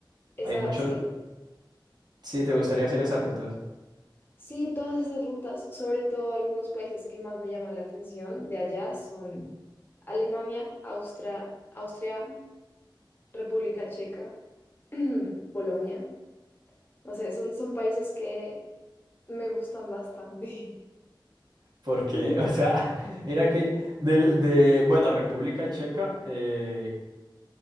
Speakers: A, on the left; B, on the right.
A: Esa,
B: Hay mucho,
A: sí,
B: sí, ¿te gustaría hacer esas rutas?
A: sí, todas esas rutas, sobre todo algunos países que más me llaman la atención de allá son Alemania, Austria, Austria, República Checa, <clears throat> Polonia. No sé, son, son países que me gustan bastante. <laughs>
B: ¿Por
A: <clears throat>
B: qué? O sea, <laughs> mira que del, de, bueno, República Checa, eh,